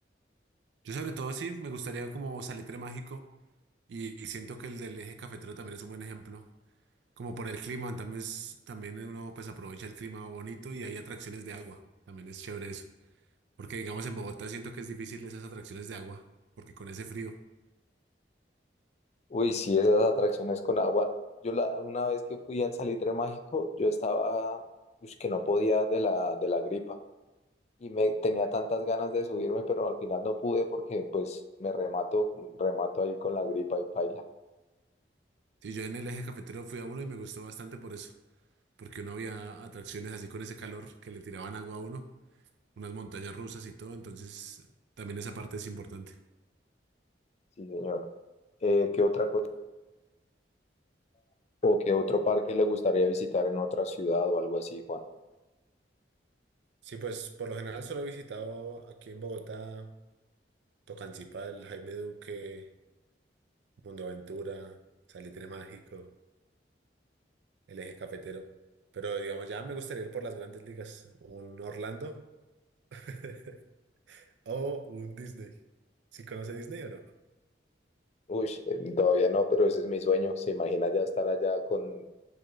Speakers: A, on the right; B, on the left.
A: Yo sobre todo sí me gustaría como Salitre Mágico y, y siento que el del eje cafetero también es un buen ejemplo. Como por el clima, también, es- también uno pues aprovecha el clima bonito y hay atracciones de agua. También es chévere eso. Porque digamos en Bogotá siento que es difícil esas atracciones de agua, porque con ese frío.
B: Uy, sí, esas atracciones con agua. Yo la, una vez que fui al Salitre Mágico, yo estaba, ush, que no podía de la, de la gripa y me tenía tantas ganas de subirme, pero al final no pude porque pues me remato, remato ahí con la gripa y paila.
A: Sí, yo en el eje cafetero fui a uno y me gustó bastante por eso. Porque uno había atracciones así con ese calor que le tiraban agua a uno. unas montañas rusas y todo, entonces también esa parte es importante.
B: Sí, señor. Eh, ¿qué otra cosa? ¿O qué otro parque le gustaría visitar en otra ciudad o algo así, Juan?
A: Sí, pues por lo general solo he visitado aquí en Bogotá, Tocancipá, el Jaime Duque, Mundoaventura, Salitre Mágico, el Eje Cafetero. Pero digamos, ya me gustaría ir por las grandes ligas, un Orlando <laughs> o un Disney. ¿Sí conoce Disney o no?
B: Uy, eh, todavía no, pero ese es mi sueño. ¿Se imagina ya estar allá con